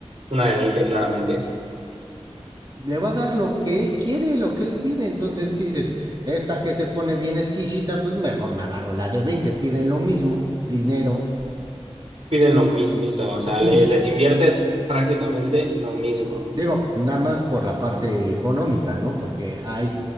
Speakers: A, on the right; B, on the right.
A: una de 20 claramente,
B: le va a dar lo que él quiere, lo que él pide. Entonces, ¿qué dices? Esta que se pone bien exquisita, pues mejor me agarro la de 20. piden lo mismo, dinero.
A: piden lo mismito, o sea,
B: <laughs>
A: le- les inviertes prácticamente lo mismo.
B: Digo, nada más por la parte económica, ¿no? Porque hay,